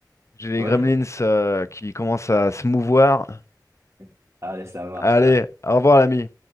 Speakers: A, on the left; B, on the right.
A: J'ai les
B: Ouais,
A: gremlins euh, qui commencent à se mouvoir.
B: <laughs> allez, ça marche,
A: Allez,
B: alors.
A: au revoir, l'ami.